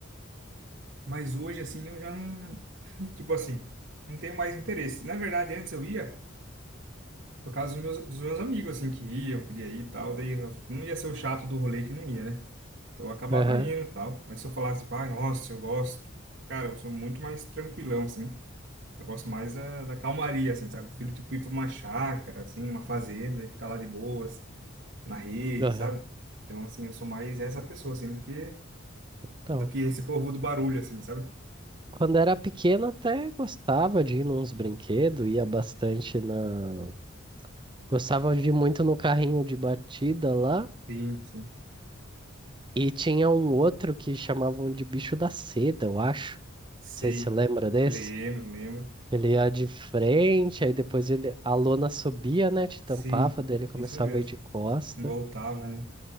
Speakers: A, on the right (about 55°); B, on the right (about 25°).
A: mas hoje, assim, eu já não. <laughs> Tipo assim, não tenho mais interesse. Na verdade, antes eu ia por causa dos meus, dos meus amigos, assim, que iam, queria ir e tal, daí eu não ia ser o chato do rolê que não ia, né? Então eu acabava
B: Aham,
A: indo e tal. Mas se eu falasse, pai, nossa, eu gosto. Cara, eu sou muito mais tranquilão, assim. Eu gosto mais da, da calmaria, assim, sabe? Eu Prefiro, tipo, ir pra uma chácara, assim, uma fazenda e ficar lá de boas, na rede,
B: aham.
A: sabe? Então, assim, eu sou mais essa pessoa, assim, do que,
B: Então,
A: do que esse povo do barulho, assim, sabe?
B: quando era pequeno até gostava de ir nos brinquedos, ia bastante na... Gostava de ir muito no carrinho de batida lá,
A: Sim, sim.
B: e tinha um outro que chamavam de bicho da seda, eu acho. Não
A: Sei.
B: sei se você lembra desse.
A: Lembro, lembro.
B: Ele ia de frente, aí depois ele... a lona subia, né, te tampava,
A: Sim,
B: daí ele começava
A: isso mesmo.
B: a ir de costa.
A: Voltava, né?